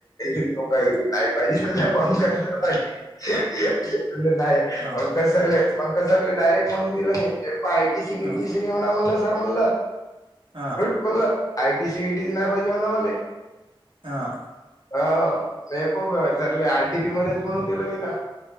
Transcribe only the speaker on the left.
मग काय
नाही पाहिजे म्हण पंकज सरांनीण नाही
पंकज. सर पंकज सरले डायरेक्ट म्हणून दिलं आयटीसी गीटीसी
होणार म्हणलं सर म्हणलं.
मला आयटी सीटीच नाही पाहिजे मला मले.
ह म खूप चालले आरटीपी मध्येच म्हणून दिलं विना.